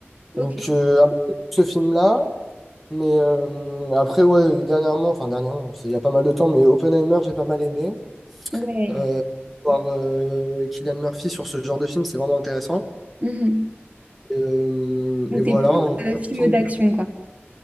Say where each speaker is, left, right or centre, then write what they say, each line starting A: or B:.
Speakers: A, on the right (about 30°); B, in the centre.
A: Ok,
B: Donc, euh, un peu ce film-là. Mais euh, après, ouais, dernièrement, enfin, dernièrement, c'est il y a pas mal de temps, mais Oppenheimer, j'ai pas mal aimé.
A: ouais.
B: Euh, voir euh, Cillian Murphy sur ce genre de film, c'est vraiment intéressant.
A: Mhm.
B: Et, euh,
A: Donc,
B: et voilà.
A: t'es plus
B: en-
A: euh, film
B: film-
A: d'action, quoi.